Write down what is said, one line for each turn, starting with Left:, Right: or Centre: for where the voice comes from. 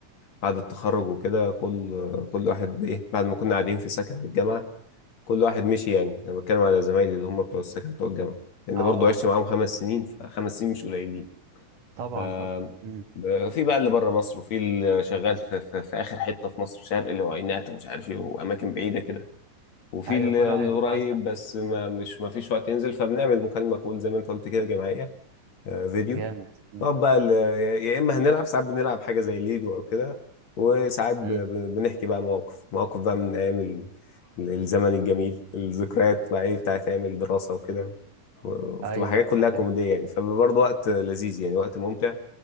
Left: بعد التخرج وكده كل كل واحد ايه بعد ما كنا قاعدين في سكن الجامعة كل واحد مشي يعني انا بتكلم على زمايلي اللي هم بتوع السكن بتوع الجامعه لان
Right: اه
Left: برضه
Right: آه.
Left: عشت معاهم خمس سنين فخمس سنين مش قليلين
Right: طبعا
Left: ف
Right: طبعا مم.
Left: ب- في بقى اللي بره مصر وفي اللي شغال في, في, في اخر حته في مصر شرق اللي هو عينات ومش عارف ايه واماكن بعيده كده وفي
Right: ايوه
Left: اللي
Right: كل واحد
Left: اللي قريب
Right: يتوزع
Left: بس ما مش ما فيش وقت ينزل فبنعمل مكالمه كول زي ما انت قلت كده جماعيه آه، فيديو
Right: جامد مم.
Left: نقعد بقى ال- يا اما هنلعب ساعات بنلعب حاجه زي ليدو او كده وساعات ب-
Right: امم
Left: ب- بنحكي بقى مواقف مواقف بقى من ايام ال- ال- الزمن الجميل الذكريات بقى ايه بتاعت ايام الدراسه وكده و- وبتبقى
Right: ايوه
Left: حاجات
Right: ايوه
Left: كلها
Right: ده حقيقي
Left: كوميديه يعني فبرضه وقت لذيذ يعني وقت ممتع